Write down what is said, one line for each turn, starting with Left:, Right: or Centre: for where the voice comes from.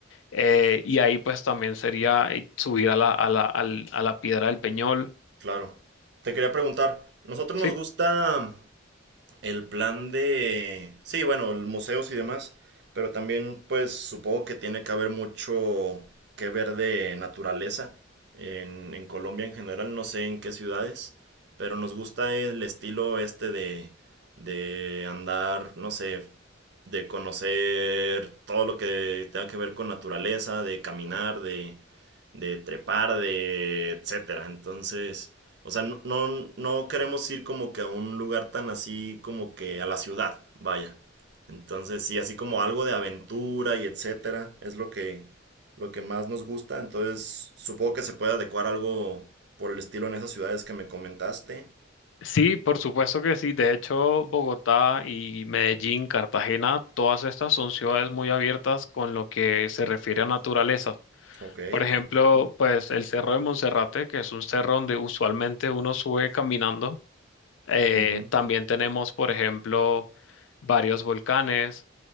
Left: eh, y ahí pues también sería eh, subir a la, a la, al- a la Piedra del Peñol.
Right: Claro. Te quería preguntar, nosotros
Left: Sí,
Right: nos gusta el plan de, sí, bueno, el museos y demás, pero también pues supongo que tiene que haber mucho que ver de naturaleza en, en Colombia en general, no sé en qué ciudades, pero nos gusta el estilo este de, de andar, no sé, de conocer todo lo que tenga que ver con naturaleza, de caminar, de, de trepar, de etcétera. Entonces... O sea, no, no, no queremos ir como que a un lugar tan así como que a la ciudad, vaya. Entonces, sí, así como algo de aventura y etcétera, es lo que, lo que más nos gusta. Entonces, supongo que se puede adecuar algo por el estilo en esas ciudades que me comentaste.
Left: sí, por supuesto que sí. De hecho, Bogotá y Medellín, Cartagena, todas estas son ciudades muy abiertas con lo que se refiere a naturaleza.
Right: Ok,
Left: Por ejemplo,
Right: perfecto.
Left: pues el Cerro de Monserrate, que es un cerro donde usualmente uno sube caminando Eh,
Right: Ujú.
Left: también tenemos, por ejemplo, varios volcanes,